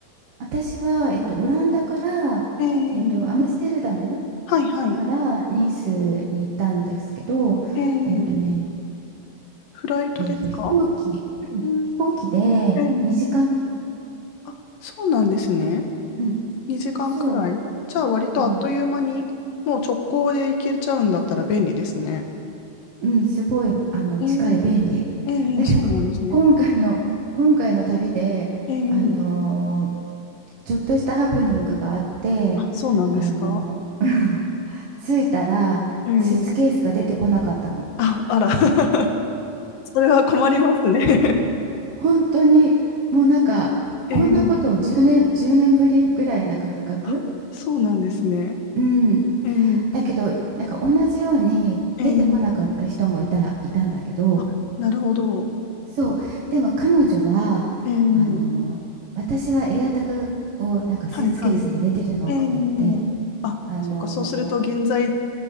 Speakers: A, on the right; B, on the left.
A: 私は、えっと、オランダから、
B: ええ
A: えっと、アムステルダム
B: はいはい。
A: からニースに行ったんですけど、
B: ええ、
A: えっとね、
B: フライトですか
A: えっと、飛行機、うん飛行機で2時間、
B: うん。ええ、あ、そうなんですね。
A: うん、
B: 2時間くらい。
A: そ
B: じゃあ割とあっという間に、
A: う、うん、
B: もう直行で行けちゃうんだったら便利ですね。
A: うん、すごい、あの、
B: ええ、
A: 近い、便利。
B: ええ、
A: だけど、
B: そうなんですね。
A: 今回の、今回の旅で、
B: ええ、
A: あのーちょっとしたハプニングがあって、
B: あ、そうなんですか
A: あの、<laughs> 着いたら、
B: ええ、
A: スーツケースが出てこなかったの。
B: あ、あら。<laughs> それは困りますね <laughs>
A: 本当にもうなんかこんなことを10年、
B: ええ、
A: 1年ぶりぐらいな感覚、
B: あ、そうなんですね。
A: うん、
B: ええ、
A: だけどなんか同じように出てこなかった人もいた、
B: ええ、
A: いたんだけど
B: あ、なるほど。
A: そうでも彼女はあの私はエアタグをなんかスーツケースに入れてるのって言って
B: ええ、はい、はい。ええあ、
A: あの
B: そっか、そうすると現在